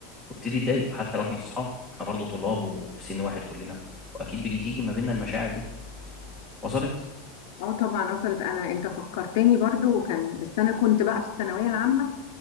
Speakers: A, in the centre; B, on the left (about 60°).
A: وابتدي اتضايق حتى لو احنا اصحاب احنا برضو طلاب وفي سن واحد كلنا واكيد بيجي تيجي ما بيننا المشاعر دي وصلت
B: اه طبعا وصلت انا انت فكرتني برضو وكان بس انا كنت بقى في الثانويه العامه